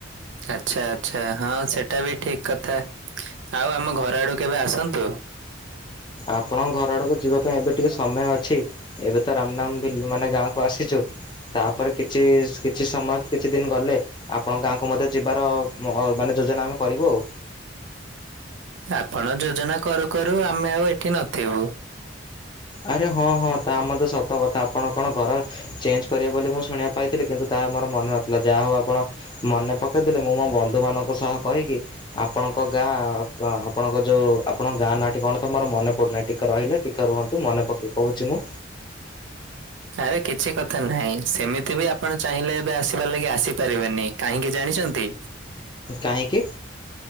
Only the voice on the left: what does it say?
ଆପଣଙ୍କ ଘର ଆଡ଼କୁ ଯିବା ପାଇଁ ଏବେ ଟିକେ ସମୟ ଅଛି ଏବେ ତ ରାମନାମ୍ ବିଲ୍ ମାନେ ଗାଁକୁ ଆସିଛୁ। ତାପରେ କିଛି ସ କିଛି ସମୟ କି କିଛି ଦିନ ଗଲେ ଆପଣଙ୍କ ଗାଁକୁ ମଧ୍ୟ ଯିବାର ଅ ମାନେ ଯୋଜନା ଆମେ କରିବୁ ଆଉ।
ଆରେ ହଁ ହଁ ତା ମଧ୍ୟ ସତ କଥା ଆପଣ କଣ ଘର ଚେଞ୍ଜ କରିବେ ବୋଲି ମୁଁ ଶୁଣିବାକୁ ପାଇଥିଲି କିନ୍ତୁ ତାହା ମୋର ମନେ ନଥିଲା ଯାହା ହଉ ଆପଣ ମନେ ପକେଇଦେଲେ ମୁଁ ମୋ ବନ୍ଧୁ ମାନଙ୍କ ସହ କହିକି ଆପଣଙ୍କ ଗାଁ କ ଆପଣଙ୍କ ଯୋଉ ଆପଣଙ୍କ ଗାଁ ନାଁଟି କଣ ତ ମୋର ମନେ ପଡ଼ୁନି ଟିକେ ରହିଲେ ଟିକେ ରୁହ ତୁ ମନେ ପକେଇ କହୁଚି ମୁଁ।
କାହିଁକି?